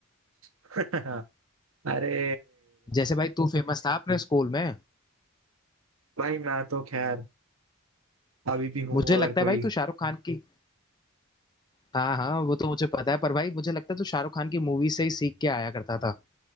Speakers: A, on the right (about 60°); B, on the left (about 20°).
A: <laughs> अरे
B: जैसे भाई तू फेमस था अपने स्कूल में
A: भाई मैं तो खैर अभी भी हूँ
B: मुझे
A: अगर
B: लगता
A: कोई
B: है भाई तू शाहरुख खान की हाँ हाँ वो तो मुझे पता है पर भाई मुझे लगता है तू शाहरुख खान की मूवी से ही सीख के आया करता था